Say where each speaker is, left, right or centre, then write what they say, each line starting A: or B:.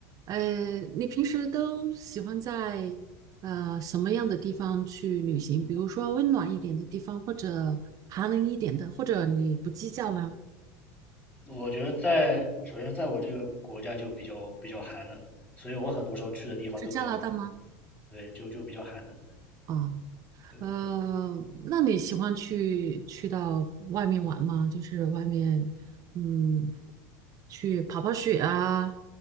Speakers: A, on the right; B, on the left.
A: 呃，你平时都喜欢在呃什么样的地方去旅行？比如说温暖一点的地方，或者寒冷一点的，或者你不计较呢？
B: 我觉得在首先在我这个国家就比较比较寒冷，所以我很多时候去的地方都比较寒，
A: 是加拿大吗？
B: 对，就就比较寒冷。
A: 啊，
B: 对，
A: 呃，那你喜欢去去到外面玩吗？就是外面，嗯，去跑跑雪啊，